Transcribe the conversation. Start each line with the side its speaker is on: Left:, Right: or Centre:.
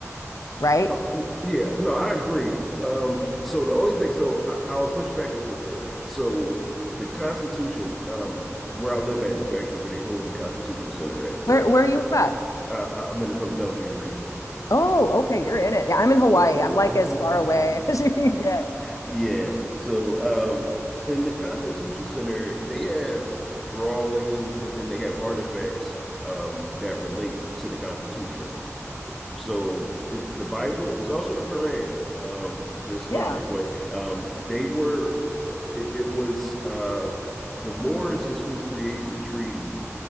Left: right?
Centre: Oh, Yeah, no, I agree. Um, so the only thing, so I, I'll push back a little bit. So the Constitution, um, where I live at is actually where they hold the Constitution Center at.
Left: Where where are you at?
Centre: I, I- I'm in the Philadelphia region.
Left: Oh, okay, you're in it. Yeah, I'm in
Centre: Yeah.
Left: Hawaii. I'm like as
Centre: <laughs>
Left: far away <laughs> as you can get.
Centre: Yeah. So, um, in the Constitution Center, they have drawings and then they have artifacts, um, that relate to the Constitution. So, it, the Bible is also the Quran, um, the Islamic
Left: Yeah.
Centre: way. Um, they were, it, it was, uh, the Moors is who created the treaty